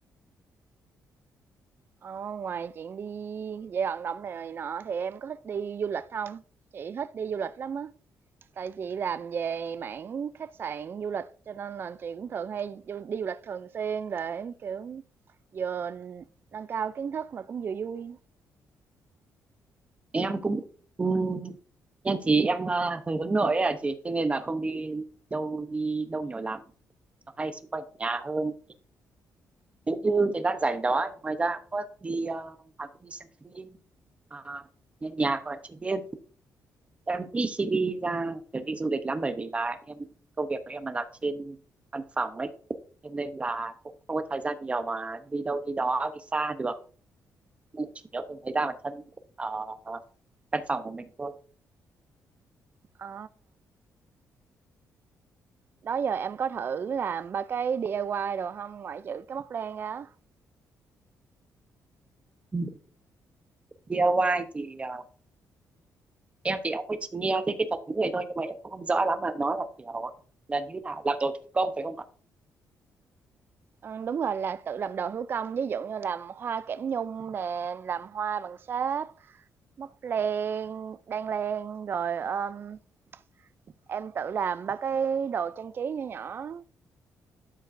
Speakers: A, on the right; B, on the right.
A: Ờ, ngoài chuyện đi dạy vận động này, này nọ thì em có thích đi du lịch không? Chị thích đi du lịch lắm á. Tại chị làm về mảng khách sạn du lịch cho nên là chị cũng thường hay du- đi du lịch thường xuyên để kiểu vừa nâng cao kiến thức mà cũng vừa vui.
B: em cũng ừm, em thì em ờ, hơi hướng nội ấy à chị cho nên là không đi đâu đi đâu nhiều lắm hay xung quanh ở nhà hơn nếu như thời gian rảnh đó ngoài ra cũng có đi ờ, à, cũng đi xem phim à, nghe nhạc hoặc là chơi game em ít khi đi ra để đi du lịch lắm bởi vì là em công việc của em là làm trên văn phòng ấy cho nên là cũng không có thời gian nhiều mà đi đâu đi đó đi xa được nên chủ yếu cũng thấy ra bản thân ở căn phòng của mình thôi
A: Ờ, đó giờ em có thử làm ba cái DIY đồ không? Ngoại trừ cái móc len ra. á.
B: Ừ, DIY thì ờ, em thì em cũng chỉ nghe thấy cái thuật ngữ này thôi nhưng mà em cũng không rõ lắm là nó là kiểu là như thế nào làm đồ thủ công phải không ạ
A: Ờ, đúng rồi, là tự làm đồ thủ công, ví dụ như làm hoa kẽm nhung nè, làm hoa bằng sáp, móc len, đan len, rồi, ờm, em tự làm 3 cái đồ trang trí nhỏ nhỏ.